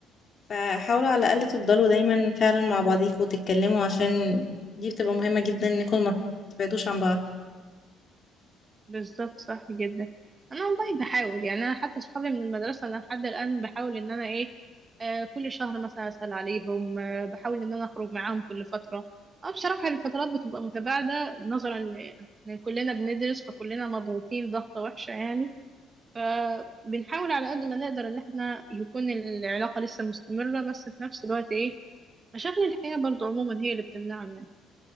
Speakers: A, on the left (about 35°); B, on the right (about 25°).
A: فحاولوا على الأقل تفضلوا دايما فعلا مع بعضيكوا وتتكلموا عشان دي بتبقى مهمة جدا انكم ما تبعدوش عن بعض
B: بالظبط صح جدا انا والله بحاول يعني انا حتى صحابي من المدرسه انا لحد الان بحاول ان انا ايه آه كل شهر مثلا اسال عليهم آه بحاول ان انا اخرج معاهم كل فتره اه بصراحه الفترات بتبقى متباعده نظرا ل- ان كلنا بندرس فكلنا مضغوطين ضغطه وحشه يعني فبنحاول على قد ما نقدر ان احنا يكون العلاقه لسه مستمره بس في نفس الوقت ايه مشاغل الحياه برضو عموما هي اللي بتمنعنا